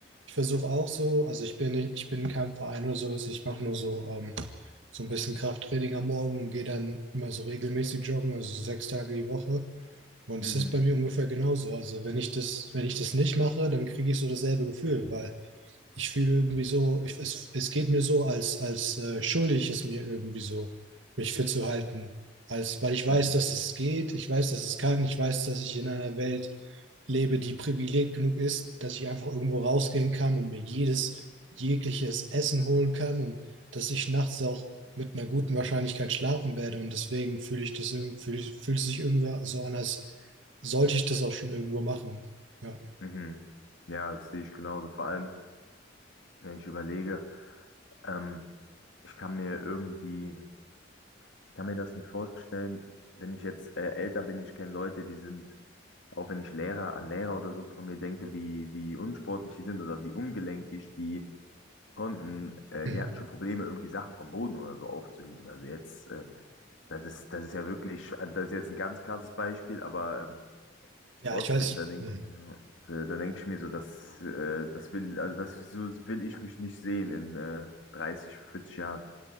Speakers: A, on the right (about 75°); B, on the left (about 75°).
A: ich versuche auch so, also ich bin nicht, ich bin in keinem Verein oder sowas, ich mache nur so, ähm, so ein bisschen Krafttraining am Morgen und gehe dann immer so regelmäßig joggen, also so sechs Tage die Woche. Und
B: Mhm.
A: es ist bei mir ungefähr genauso. Also wenn ich das, wenn ich das nicht mache, dann kriege ich so dasselbe Gefühl, weil ich fühle irgendwie so, ich, es, es geht mir so, als, als äh, schuldig ist mir irgendwie so, mich fit zu halten. Als, weil ich weiß,
B: Mhm.
A: dass es geht, ich weiß, dass es kann, ich weiß, dass ich in einer Welt lebe, die privilegiert genug ist, dass ich einfach irgendwo rausgehen kann und mir jedes, jegliches Essen holen kann und dass ich nachts auch mit einer guten Wahrscheinlichkeit schlafen werde. Und deswegen fühle ich das irgendwie, fühl, fühlt es sich irgendwie so an, als sollte ich das auch schon irgendwo machen. Ja,
B: Mhm. Ja, das sehe ich genauso. Vor allem, wenn ich überlege, ähm, ich kann mir irgendwie, ich kann mir das nicht vorstellen, wenn ich jetzt äh, älter bin, ich kenne Leute, die sind Auch wenn ich Lehrer an Lehrer oder so von mir denke, wie, wie unsportlich die sind oder wie ungelenkig, die konnten, äh,
A: Mhm.
B: die hatten schon Probleme, irgendwie Sachen vom Boden oder so aufzuheben. Also jetzt, äh, das ist, das ist ja wirklich, also das ist jetzt ein ganz krasses Beispiel, aber ähm,
A: ja
B: trotzdem,
A: ich weiß.
B: da denke
A: Hm.
B: ich mir, äh, da denke ich mir so, das, äh, das will, also das so will ich mich nicht sehen in äh, 30, 40 Jahren.